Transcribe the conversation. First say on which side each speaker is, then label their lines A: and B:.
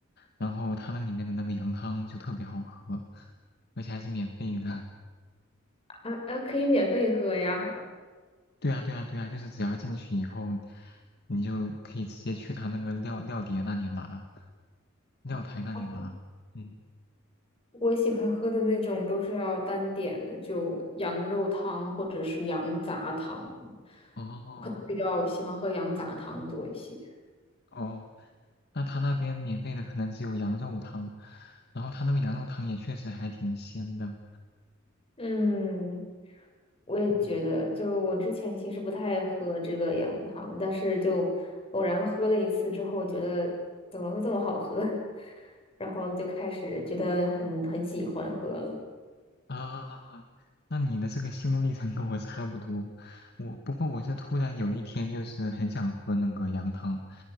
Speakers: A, on the left; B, on the left.
A: 然后它那个里面的那个羊汤就特别好喝，而且还是免费的。
B: 啊啊，可以免费喝呀。
A: <laughs> 对啊，对啊，对啊，就是只要进去以后，你就可以直接去他那个料料碟那里拿，料台那里拿。
B: 啊，
A: 嗯，
B: 我喜欢喝的那种都是要单点的，就羊肉汤或者是羊杂汤。
A: 哦，
B: 我可能比较喜欢喝羊杂汤多一些。
A: 哦，那他那边免费的可能只有羊肉汤，然后他那个羊肉汤也确实还挺鲜的。
B: 嗯，我也觉得，
A: 嗯，
B: 就我之前其实不太喝这个羊汤，但是就偶然喝了一次之后，觉得怎么会这么好喝？<laughs> 然后就开始觉得很很喜欢喝了。
A: 啊，那你的这个心路历程跟我差不多，我不过我是突然有一天就是很想喝那个羊汤，